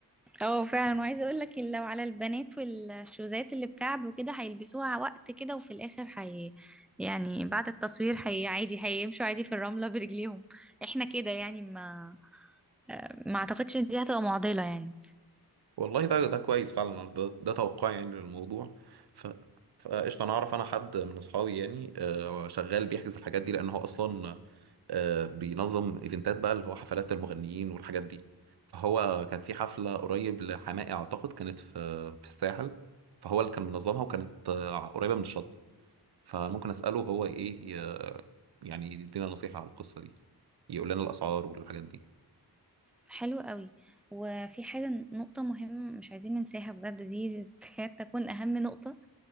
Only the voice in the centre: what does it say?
اه فعلا وعايزه اقول لك لو على البنات والشوزات اللي بكعب وكده هيلبسوها وقت كده وفي الاخر هي يعني بعد التصوير هي عادي هيمشوا عادي في الرمله برجليهم احنا كده يعني ما ما اعتقدش إن دي هتبقى معضله يعني
حلو قوي وفي حاجه نقطه مهمه مش عايزين ننساها بجد دي تكاد تكون اهم نقطه